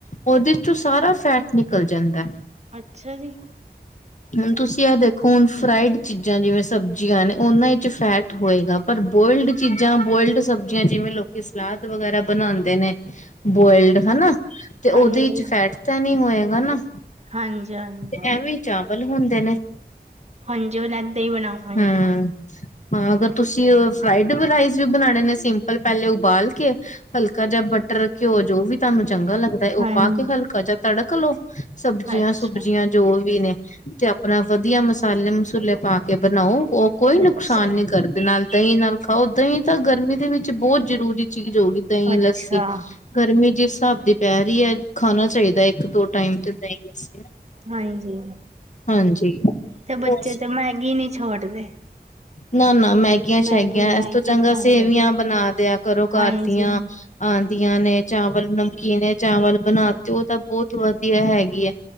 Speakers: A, on the left (about 45°); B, on the right (about 40°).
A: ਉਹਦੇ ਚੋਂ ਸਾਰਾ ਫੈਟ ਨਿਕਲ ਜਾਂਦਾ
B: ਅੱਛਾ ਜੀ
A: ਹੁਣ ਤੁਸੀਂ ਇਹ ਦੇਖੋ ਹੁਣ ਫਰਾਈਡ ਚੀਜ਼ਾਂ, ਜਿਵੇਂ ਸਬਜ਼ੀਆਂ ਨੇ ਉਹਨਾਂ ਵਿੱਚ ਫੈਟ ਹੋਏਗਾ, ਪਰ ਬੋਇਲਡ ਚੀਜ਼ਾਂ ਬੋਇਲਡ ਸਬਜ਼ੀਆਂ ਜਿਵੇਂ ਲੋਕੀ ਸਲਾਦ ਵਗੈਰਾ ਬਣਾਉਂਦੇ ਨੇ ਬੋਇਲਡ ਹੈਨਾ, ਤੇ ਉਹਦੇ
B: ਹਾਂਜੀ
A: ਵਿੱਚ ਫੈਟ ਤਾਂ ਨਹੀਂ ਹੋਏਗਾ ਨਾ
B: ਹਾਂਜੀ ਹਾਂਜੀ
A: ਤੇ ਐਵੇਂ ਚਾਵਲ ਹੁੰਦੇ ਨੇ
B: ਹਾਂਜੀ ਉਹ ਲਦਾਂ ਹੀ ਬਣਾਵਾਂਗੇ
A: ਹਮ
B: ਘ <inaudible>
A: ਹਾਂ ਫਿਰ ਤੁਸੀਂ ਫਰਾਈਡ ਰਾਈਸ ਵੀ ਬਣਾਉਣੇ ਨੇ ਸਿੰਪਲ ਪਹਿਲੇ ਉਬਾਲ ਕੇ, ਹਲਕਾ ਜੇਆ ਬਟ ਮਟਰ ਘਿਓ ਜੋ ਵੀ ਤੁਹਾਨੂੰ ਚੰਗਾ ਲੱਗਦਾ ਹੈ, ਉਹ
B: ਹਾਂਜੀ
A: ਪਾ ਕੇ ਹਲਕਾ ਜੇਆ ਤੜਕ ਲਓ ਸਬਜ਼ੀਆਂ
B: ਅੱਛਾ
A: ਸਬਜੀਆਂ ਜੋ ਵੀ ਨੇ ਤੇ ਆਪਣਾ ਵਧੀਆ ਮਸਾਲੇ ਮਸੂਲੇ ਪਾ ਕੇ ਬਣਾਓ, ਉਹ ਕੋਈ ਨੁਕਸਾਨ
B: ਅੱਛਾ
A: ਨਹੀਂ ਕਰਦੇ ਨਾਲ ਦਹੀਂ ਨਾਲ ਖਾਓ, ਦਹੀਂ ਤਾਂ ਗਰਮੀ ਦੇ ਵਿੱਚ ਬਹੁਤ ਜ਼ਰੂਰੀ ਚੀਜ਼ ਹੋਗੀ ਦਹੀਂ
B: ਅੱਛਾ
A: ਲੱਸੀ ਗਰਮੀ ਜਿਸ ਹਿਸਾਬ ਦੀ ਪੈ ਰਹੀ ਹੈ ਖਾਣਾ ਚਾਹੀਦਾ ਇੱਕ ਦੋ ਟਾਈਮ ਤੇ ਦਹੀਂ ਲੱਸੀ
B: ਹਾਂਜੀ,
A: ਹਾਂਜੀ
B: ਤੇ ਬੱਚੇ
A: ਹੋਰ
B: ਤੇ ਮੈਗੀ ਨੀ ਛੋੜਦੇ
A: ਨਾ ਨਾ ਮੈਗੀਆਂ
B: ਮੈਗੀ
A: ਸ਼ੈਗੀਆਂ,
B: ਮੈਗੀ
A: ਇਸ ਤੋਂ ਚੰਗਾ
B: ਖਾਂਦੇ
A: ਸੇਵੀਆਂ
B: ਨੇ।
A: ਬਣਾ ਦਿਆ ਕਰੋ ਘਰ
B: ਹਾਂਜੀ
A: ਦੀਆਂ ਆਂਦੀਆਂ ਨੇ, ਚਾਵਲ ਨਮਕੀਨ ਚਾਵਲ ਬਣਾ ਤੇ ਉਹ ਤਾਂ ਬਹੁਤ ਵਧੀਆ ਹੈਗੀ ਆ